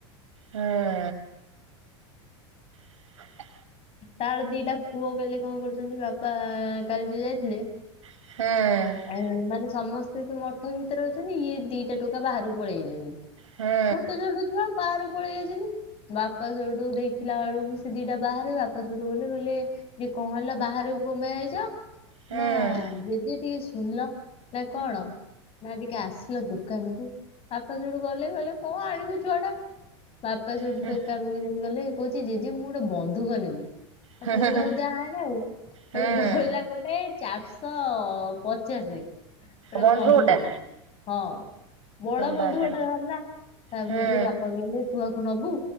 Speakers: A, on the right; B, on the left.
A: ହଁ ହ
B: ତାର ଦିଟା ପୁଅ କାଲି କ'ଣ କରୁଛନ୍ତି? ବାପା କାଲି ଯ ଯାଇଥିଲେ।
A: ହୁଁ
B: ଆ ମାନେ ସମସ୍ତେ ଯ ମଠ ଭିତରେ ଅଛନ୍ତି। ଇଏ ଦିଟା ଟୋକା ବାହାରକୁ ପଳେଇ ଯାଇଛନ୍ତି।
A: ହୁଁ
B: ଛୋଟ ଛୋଟ ଛୁଆ ବାହାରୁ ପଳେଇ ଯାଇଛନ୍ତି। ବାପା ସୋଠୁ ଦେଇି ଦେଖିଲା ବେଳକୁ ସେ ଦିଟା ବାହାରେ ବାପ ସଠୁ ଗଲେ ବୋଇଲେ ଯିଏ କ'ଣ ହେଲା ବାହହାରକୁ କମେଇ ଯାଇଛ?
A: ହୁଁ।
B: ନା ଜଦେ ଟିକେ ଶୁଣିଲ ନା କ'ଣ? ନା ଟିକେ ଆସିଲ ଦୋକାନ କୁ ବାପା ଯୋଉଠୁ ଗଲେ ଗଲେ କ'ଣ ଆଣିବୁ ଛୁଆ ଟା ବାପା ସଠୁ
A: ହୁଁ
B: ଦୋକାନକୁ
A: ହୁଁ
B: ଯାଇ ଗଲେ କହୁଛି ଜେ ଯେେ ମୁଁ ଗୋଟେ ବନ୍ଧୁକ ନେବି। ସପ
A: ହୁଁ
B: କିଲୋ ହଉ ଦେ ଆଡ ଆଉ
A: ହୁଁ
B: ଗୋଟେ ଧୋଇଲା ଗୋଟେ ଚାରିଶହ ସ ଗୋଟେ
A: ବନ୍ଧୁ
B: ବନ୍ଧୁଟ
A: ଗୋଟା
B: ହଁ ବଡ ବନ୍ଧୁଟା
A: ବାବା
B: ଧରଲା ତାପଠୁ
A: ହୁଁ
B: ବାପା କହିଲେ ତୁ ଆକୁ ନବୁ।